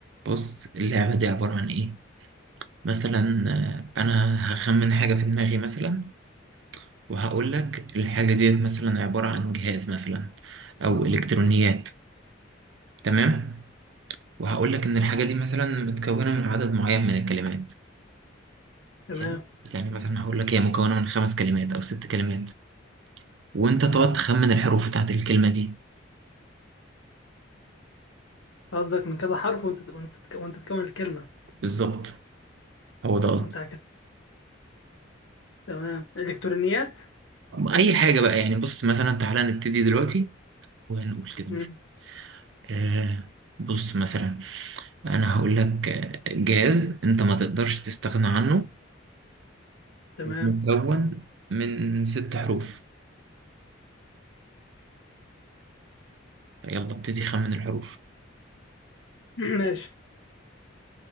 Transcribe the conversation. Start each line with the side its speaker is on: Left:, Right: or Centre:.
Right: بص اللعبه دي عباره عن ايه مثلا آه، انا هخمن حاجه في دماغي مثلا وهقول لك الحاجه ديت مثلا عباره عن جهاز مثلا او الكترونيات تمام وهقول لك ان الحاجه دي مثلا متكونه من عدد معين من الكلمات
Left: تمام
Right: حلو يعني مثلا هقول لك هي مكونه من خمس كلمات او ست كلمات وانت تقعد تخمن الحروف بتاعت الكلمه دي
Left: قصدك من كذا حرف وانت وانت تك- وانت تكون الكلمه
Right: بالظبط هو ده قصدي
Left: انت عكس تمام الكترونيات
Right: اي حاجه بقى يعني بص مثلا تعالى نبتدي دلوقتي وهنقول كده
Left: مم.
Right: مثلا آه بص مثلا انا هقول لك آه، جهاز انت ما تقدرش تستغنى عنه
Left: تمام
Right: ومكون من ست حروف يلا ابتدي خمن الحروف
Left: <clears throat> ماشي